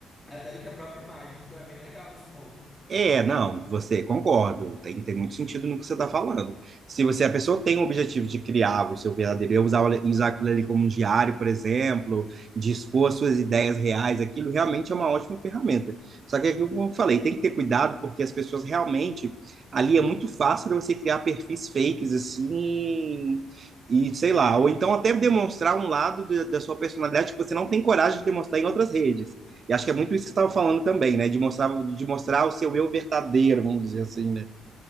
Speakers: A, in the centre; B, on the right.
A: até do que a própria imagem. Então é bem legal nesse ponto.
B: É, não, você concordo, tem, tem muito sentido no que você está falando. Se você, a pessoa tem o objetivo de criar o seu verdadeiro eu, usar, o- usar aquilo ali como um diário, por exemplo, de expor as suas ideias reais, aquilo realmente é uma ótima ferramenta. Só que é aquilo que eu falei, tem que ter cuidado, porque as pessoas realmente, ali é muito fácil de você criar perfis fakes, assim, e sei lá, ou então até demonstrar um lado da da sua personalidade que você não tem coragem de demonstrar em outras redes. E acho que é muito
A: Hum.
B: isso que você estava falando também, né? De mostrar, de mostrar o seu eu verdadeiro, vamos dizer assim, né?